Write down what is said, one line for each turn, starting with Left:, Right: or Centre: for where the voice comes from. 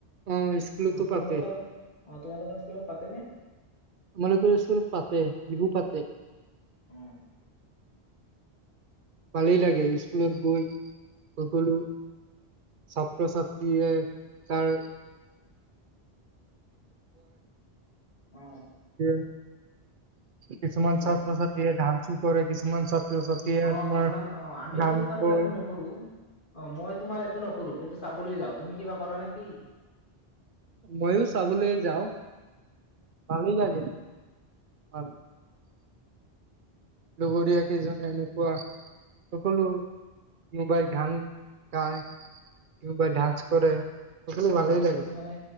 Right: অ' স্কুলতো
Left: অ
Right: পাতে
Left: তোমালোকৰ অ তোমালোকৰ স্কুলত পাতেনে?
Right: আমালোক স্কুলত পাতে বিহু পাতে।
Left: অ
Right: ভালেই লাগে স্কুলত গৈ সকলো। ছাত্ৰ ছাত্ৰীয়ে তাৰ
Left: অ
Right: <unintelligible> কিছুমান
Left: এইটোয়ে
Right: ছাত্ৰ ছাত্ৰীয়ে ডাঞ্চ কৰে কিছুমান ছাত্ৰ ছাত্ৰীয়ে
Left: অ
Right: তোমাৰ
Left: কিছুমান অ আমিতো
Right: গান
Left: বাৰু
Right: কয়
Left: একো নকৰো অ মই তোমাৰ একো নকৰো। কিন্তু চাবলৈ যাওঁ তুমি কিবা কৰা নেকি?
Right: ময়ো চাবলৈ যাওঁ ভালেই লাগে। <unintelligible> লগৰীয়া কেইজনে এনেকুৱা সকলো কিবাই গান গায় কিবাই ডাঞ্চ কৰে। সকলো
Left: অ
Right: ভালেই
Left: আৰু
Right: লাগে।
Left: কিছুমানে